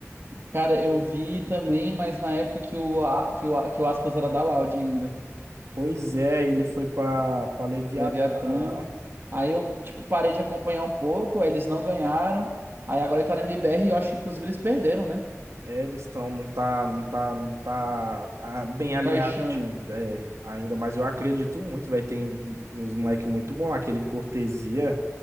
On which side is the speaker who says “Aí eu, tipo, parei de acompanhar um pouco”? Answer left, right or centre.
Right